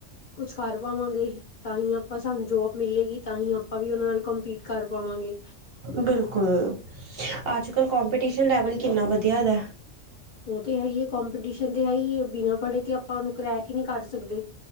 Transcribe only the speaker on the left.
ਕੁਛ ਕਰ ਪਾਵਾਂਗੇ ਹੀ। ਤਾਂ ਹੀ ਆਪਾਂ ਸਾਨੂੰ ਜੋਬ ਮਿਲੇਗੀ, ਤਾਂ ਹੀ ਆਪਾਂ ਵੀ ਉਹਨਾਂ ਨਾਲ ਕੰਪੀਟ ਕਰ ਪਾਵਾਂਗੇ
ਉਹ ਤੇ ਹੈ ਹੀ ਹੈ, ਕਪੀਟੀਸ਼ਨ ਤੇ ਹੈ ਹੀ, ਬਿਨਾਂ ਪੜ੍ਹੇ ਤੇ ਆਪਾਂ ਉਹਨੂੰ ਕਰੈਕ ਹੀ ਨਹੀਂ ਕਰ ਸਕਦੇ।